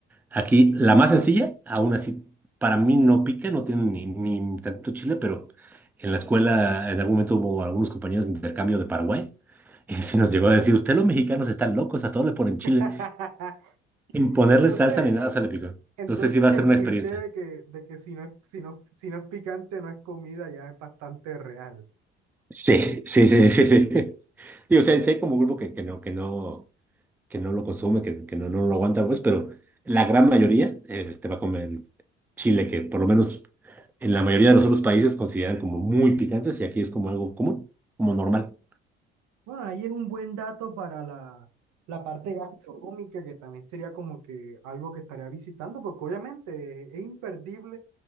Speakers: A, in the centre; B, on the right.
A: Aquí la más sencilla, aún así, para mí no pica, no tiene ni, ni tanto chile, pero en la escuela en algún momento hubo algunos compañeros de intercambio de Paraguay <laughs> y se nos llegó a decir, usted los mexicanos están locos, a todos le ponen chile,
B: <laughs>
A: sin ponerle
B: Entonces,
A: salsa ni nada se le picó.
B: Entonces
A: Entonces sí va a ser
B: el
A: una
B: cliché
A: experiencia.
B: de que, de que si no, es- si no, si no es picante no es comida ya es bastante real.
A: Sí, sí, sí, sí, sí. <laughs> sí. Y, o sea, sí hay como grupo que, que no, que no. que no lo consume, que, que no, no lo aguanta, pues, pero la gran mayoría este va a comer chile, que por lo menos en la mayoría de los otros países consideran como muy picantes y aquí es como algo común, como normal.
B: Bueno, ahí es un buen dato para la, la parte gastronómica, que también sería como que algo que estaría visitando, porque obviamente es imperdible